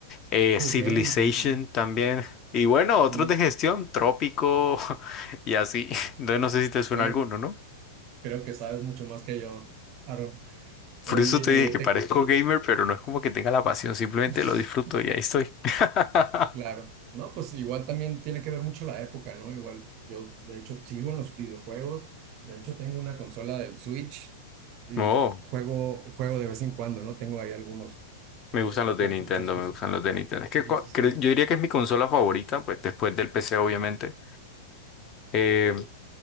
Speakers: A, on the left; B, on the right.
A: Eh,
B: jugué
A: Civilization
B: un tiempo.
A: también. Y bueno, otros
B: Mm,
A: de gestión, Trópico <laughs> y así. Entonces no sé si te suena
B: Oye,
A: alguno, ¿no?
B: creo que sabes mucho más que yo, Aaron. Oye,
A: Por eso te dije que
B: eh, te...
A: parezco gamer, pero no es como que tenga la pasión, simplemente
B: <laughs>
A: lo disfruto y ahí estoy. <laughs>
B: Claro, no, pues igual también tiene que ver mucho la época, ¿no? Igual yo, de hecho, sigo en los videojuegos, de hecho tengo una consola del Switch y
A: Oh,
B: juego, juego de vez en cuando, ¿no? Tengo ahí algunos
A: me gustan
B: eh,
A: los de
B: cartuchos
A: Nintendo,
B: que
A: me
B: son.
A: gustan los de Nintendo. Es que
B: Sí,
A: cua-
B: sí, sí.
A: cre- yo diría que es mi consola favorita, pues después del PC, obviamente. Eh,